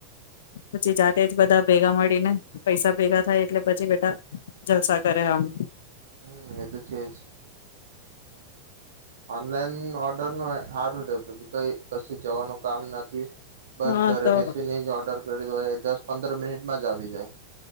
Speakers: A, on the left (about 60°); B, on the right (about 60°).
A: પછી જાતે જ બધા ભેગા મળીને પૈસા ભેગા થાય એટલે પછી બધા જલસા કરે આમ.
B: હમ એ તો છેજ ઓનલાઈન ઓર્ડર નો હારું પછી કઈ કશી જવાનું કામ નથી. બસ
A: હા
B: ઘરે
A: તો
B: બેસીને જ ઓર્ડર કરી દોય દસ પંદર મિનિટ માં જ આવી જાય.